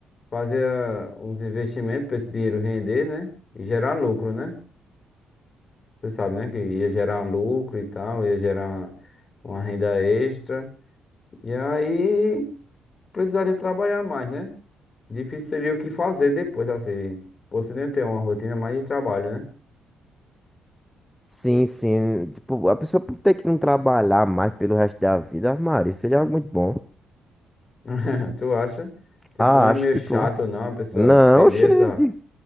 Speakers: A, on the left; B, in the centre.
A: fazia uns investimentos para esse dinheiro render, né? E gerar lucro, né? Você sabe, né? Que ia gerar lucro e tal, ia gerar uma renda extra. E aí precisaria trabalhar mais, né? Difícil seria o que fazer depois, assim. Você nem ter uma rotina mais de trabalho, né?
B: Sim, sim. Tipo, a pessoa ter que não trabalhar mais pelo resto da vida, armaria, seria algo muito bom.
A: <laughs> Tu acha? Tipo,
B: Ah,
A: não é
B: acho,
A: meio
B: tipo.
A: chato, não, a pessoa
B: Não,
A: perder
B: gente.
A: essa,